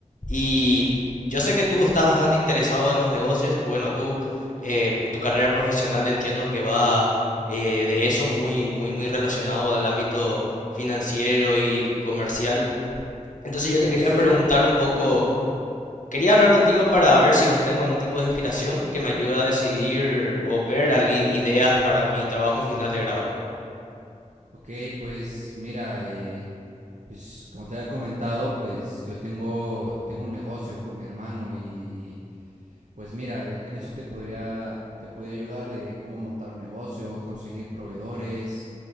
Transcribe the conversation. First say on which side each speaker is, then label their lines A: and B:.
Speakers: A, on the left; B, on the right.
A: Y yo sé que tú estás bastante interesado en los negocios. Bueno, tú, eh, tu carrera profesional entiendo que va eh, de eso muy, muy, muy relacionado al ámbito financiero y comercial. Entonces yo te
B: pues
A: quería
B: sí,
A: preguntar un poco.
B: sí, sí.
A: Quería hablar contigo para ver si obtengo algún tipo de inspiración que me ayude a decidir o ver ali- ideas para mi trabajo final de grado.
B: Ok, pues mira, eh, pues como te había comentado, pues yo tengo, tengo un negocio con mi hermano y pues mira, eh, en eso te podría, te podría ayudar de cómo montar un negocio, conseguir proveedores,